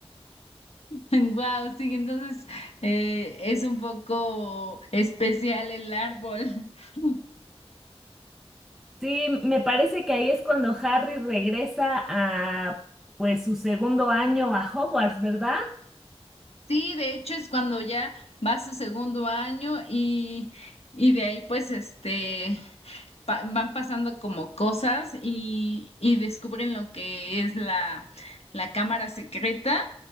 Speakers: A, on the left; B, in the centre.
A: Wow, sí, entonces eh, es un poco especial el árbol. <laughs>
B: Sí, me parece que ahí es cuando Harry regresa a pues su segundo año a Hogwarts, ¿verdad?
A: Sí, de hecho es cuando ya va su segundo año y, y de ahí pues este pa- van pasando como cosas y, y descubren lo que es la, la cámara secreta.